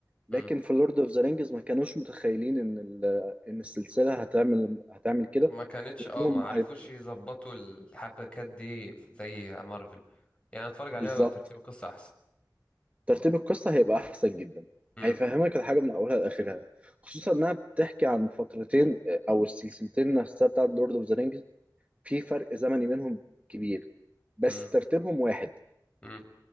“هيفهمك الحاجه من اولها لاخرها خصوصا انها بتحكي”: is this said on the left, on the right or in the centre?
Right